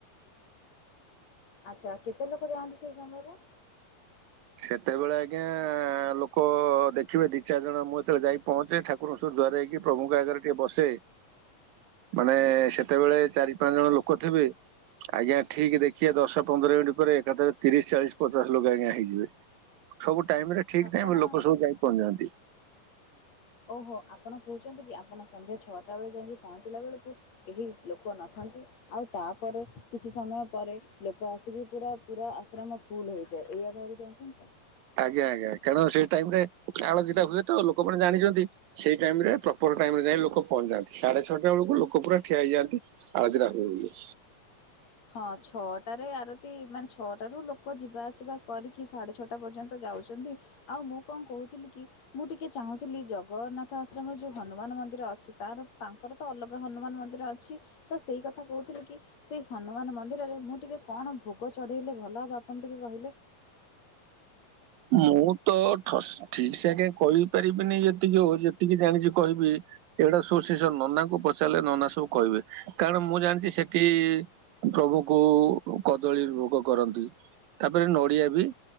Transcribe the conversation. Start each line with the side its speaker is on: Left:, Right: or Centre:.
Left: ଆଚ୍ଛା କେତେ ଲୋକ ଯାଆନ୍ତି ସେଇ ସମୟରେ?
Right: ସେତେବେଳେ ଆଜ୍ଞା ଲୋକ ଦେଖିବେ ଦି ଚାରି ଜଣ ମୁଁ ଯେତେବେଳେ ଯାଇ ପହଞ୍ଚେ ଠାକୁ ର ଜୁହାର ହେଇକି ହେଇକି ପ୍ରଭୁଙ୍କ ଆଗାରେ ଟିକେ ବସେ ମାନେ ସେତେବେଳେ ଚାରି ପାଞ୍ଚ ଜଣ ଲୋକ ଥିବେ। ଆଜ୍ଞା ଠିକ୍ ଦେଖିବା ଦଶ ପନ୍ଦର ମିନିଟ ପରେ ଏକାଥରେ ତିରିଶ, ଚାଳିଶ, ପଚାଶ ଲୋକ ଆଜ୍ଞା ହେଇଯିବେ। ସବୁ ଟାଇମ ରେ ଠିକ୍
Left: ଆପଣ
Right: ଟାଇମ ଲୋକ ସବୁ ଯାଇ ପହଞ୍ଚି ଯାଆନ୍ତି।
Left: ଓହୋ ଆପଣ କହୁଛନ୍ତି କି ଆପଣ ସନ୍ଧ୍ୟା ଛଅଟା ବେଳେ ଯାଇକି ପହଞ୍ଚିଲା ବେଳକୁ କେହି ଲୋକ ନଥାନ୍ତି। ଆଉ ତାପରେ କିଛି ସମୟ ପରେ ଲୋକ ଆସିକି ପୁରା ପୁରା ଆଶ୍ରମ ଫୁଲ ହୋଇଯାଏ, ଏୟା କହିବାକୁ ଚାହୁଁଛନ୍ତି ତ?
Right: ଆଜ୍ଞା ଆଜ୍ଞା, କାରଣ ସେ ଟାଇମ ରେ ଆଳତି ଟା ହୁଏ ତ ଲୋକମାନେ ଜାଣିଛନ୍ତି। ସେଇ ଟାଇମ ରେ ପ୍ରପର ଟାଇମ ରେ ଯାଇ ଲୋକ ପହଞ୍ଚି ଯାଆନ୍ତି, ସାଢେ ଛଅଟା ବେଳକୁ ଲୋକ ପୁରା ଠିଆ ହେଇଯାନ୍ତି। ଆଳତି ଟା ଆରମ୍ଭ ହୁଏ।
Left: ହଁ ଛଅଟାରେ ଆରତି, ମାନେ ଛଅଟାରୁ ଲୋକ ଯିବା ଆସିବା କରିକି ସାଢେ ଛଅଟା ପର୍ଯ୍ୟନ୍ତ। ତ ଯାଉଛନ୍ତି, ଆଉ ମୁଁ କଣ କହୁଥିଲି କି ମୁଁ ଟିକେ ଚାହୁଁଥିଲି ଜଗନ୍ନାଥ ଆଶ୍ରମର ଯୋଉ ହନୁମାନ ମନ୍ଦିର ଅଛି ତାର ତାଙ୍କ ଙ୍କର ତ ଅଲଗା ହନୁମାନ ମନ୍ଦିର ଅଛି, ତ ସେଇ କଥା କହୁଥିଲେ କି ସେ ହନୁମାନ ମନ୍ଦିରରେ ମୁଁ ଟିକେ କଣ ଭୋଗ ଚଢ଼େଇଲେ ଭଲ ହେବ ଆପଣ ଟିକିଏ କହିଲେ।
Right: ମୁଁ ତ ଠସ୍ ଠିକ ସେ ଆଜ୍ଞା କହିପାରିବିନି ଯେତିକି ଅଉ ଯେତିକି ଜାଣିଚି କହିବି। ସେଭଡ଼ା ସେ ସବୁ ନନାଙ୍କୁ ପଚାରିଲେ ନନା ସବୁ କହିବେ କାରଣ ମୁଁ ଜାଣିଛି ସେଠି ପ୍ରଭୁଙ୍କୁ କଦଳୀ ଭୋଗ କରନ୍ତି। ତାପରେ ନଡିଆ ବି